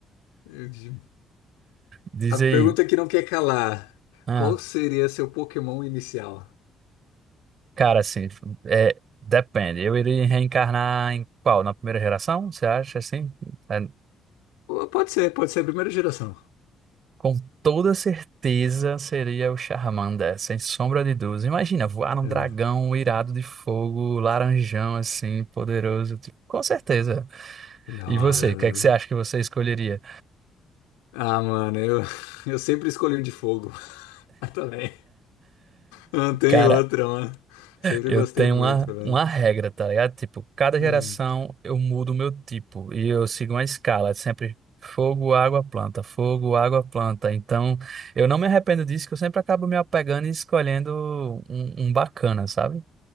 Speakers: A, on the left (about 65°); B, on the right (about 45°).
A: eu digo,
B: Diz
A: a pergunta
B: aí.
A: que não quer calar:
B: Ah,
A: qual seria seu Pokémon inicial?
B: cara, assim, é, depende. Eu iria reencarnar em qual? Na primeira geração? Você acha assim? É,
A: Pode ser, pode ser a primeira geração.
B: Com toda certeza seria o Charmander, sem sombra de dúvidas. Imagina, voar um
A: É.
B: dragão irado de fogo, laranjão assim, poderoso. tipo, com certeza.
A: Da
B: E
A: hora,
B: você, o que
A: mano.
B: é que você acha que você escolheria?
A: Ah, mano, eu, <laughs> eu sempre escolhi um de fogo <laughs> Eu também. Não tem
B: <laughs> Cara,
A: outra, mano. Sempre
B: eu
A: gostei
B: tenho
A: muito,
B: uma,
A: mano.
B: uma regra, tá ligado? Tipo, cada geração
A: Hum.
B: eu mudo o meu tipo e eu sigo uma escala, é sempre fogo, água, planta, fogo, água, planta. Então, eu não me arrependo disso, que eu sempre acabo me apegando e escolhendo um, um bacana, sabe?